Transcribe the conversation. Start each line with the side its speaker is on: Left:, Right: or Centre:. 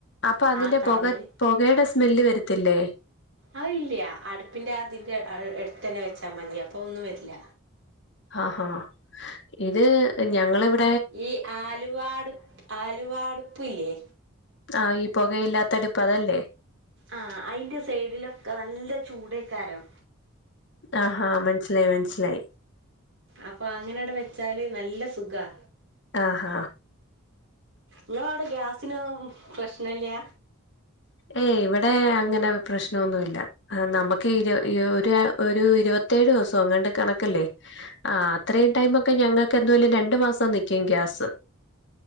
Left: അപ്പൊ അതിന്റെ
Right: ആ തറമല്
Left: പോക പോകടെ സ്മെല്ല് വരത്തില്ലേ
Right: അ ഇല്ല്യാ അടുപ്പിന്റെ അതിന്റെ എടുത്ത് തന്നെ വെച്ചാ മതി അപ്പൊ ഒന്നും വരില്ല
Left: ആഹാ ഇത് ഞങ്ങളെവി
Right: ഈ ആലുവടു ആലുവടുപ്പില്ല്യ
Left: ആഹ ഈ പോകയില്ലാത്ത അടുപ്പ് അതല്ലേ
Right: ആ അതിൻ്റെ സൈഡിലൊക്കെ നല്ല ചൂടേക്കാരം
Left: ആഹാ മനസ്സിലായി മനസ്സിലായി
Right: അപ്പൊ അങ്ങനെ അവിടെ വെച്ചാല് നല്ല സുഖാ
Left: ആഹാ
Right: ങ്ങള അവിടെ ഗ്യാസിനൊന്നും പ്രശ്നല്ല്യ
Left: ഏയ് ഇവിടെ അങ്ങനെ പ്രശ്നോന്നുല്ല ആ നമുക്ക് ഒരു ഇരു ഒരു ഇരുപത്തേഴ് ദിവസം അങ്ങണ്ട് കണക്കല്ലേ ആ അത്രയും ടൈം ഒക്കെ ഞങ്ങൾക്ക് എന്തലും രണ്ടു മാസം നിക്കും ഗ്യാസ്